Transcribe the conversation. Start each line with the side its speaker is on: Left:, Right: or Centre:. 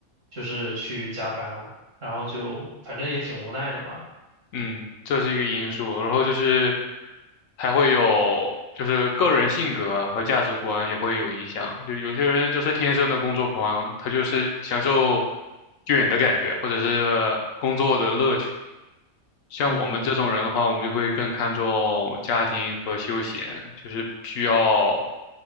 Right: 就是去加班，然后就反正也挺无奈的吧。
Left: 嗯，这是一个因素。然后就是还会有就是个人性格和价值观也会有影响。就有些人就是天生的工作狂，他就是享受卷的感觉，或者是工作的乐趣。像我们这种人的话，
Right: 嗯。
Left: 我们就会更看重家庭和休闲，就是需要